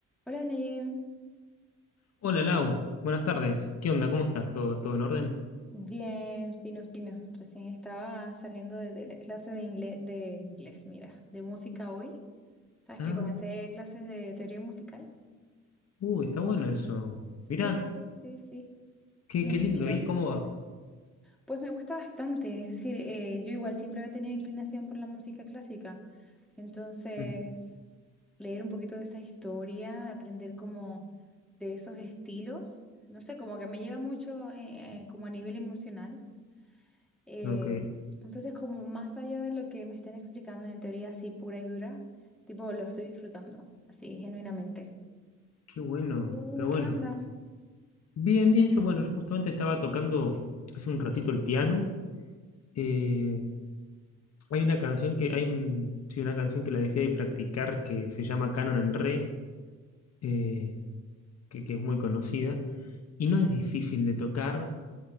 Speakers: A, in the centre; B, on the left (about 55°).
A: Hola Neyen,
B: Hola Lau, buenas tardes. ¿Qué onda? ¿Cómo estás? ¿Todo, todo en orden?
A: bien, fino, fino. Recién estaba saliendo de, de la clase de inglés, de inglés, mira, de música hoy. ¿Sabes
B: Ah,
A: que comencé clases de teoría musical?
B: uy, está bueno eso. Mirá,
A: Sí, sí, sí, sí.
B: qué,
A: Me
B: qué
A: inspiró.
B: lindo. ¿Y cómo va?
A: Pues me gusta bastante, es decir, eh, yo igual siempre había tenido inclinación por la música clásica. Entonces,
B: Mm,
A: leer un poquito de esa historia, aprender como de esos estilos, no sé, como que me lleva mucho eh, eh, como a nivel emocional. Eh,
B: Ok,
A: entonces, como más allá de lo que me estén explicando en teoría así pura y dura, tipo, lo estoy disfrutando, así, genuinamente.
B: qué bueno,
A: Uh,
B: qué bueno.
A: ¿qué onda?
B: Bien, bien, yo bueno, justamente estaba tocando hace un ratito el piano. Eh, hay una canción que, hay un, sí, una canción que la dejé de practicar que se llama Canon en Re, eh, que, que es muy conocida. Y no es difícil de tocar,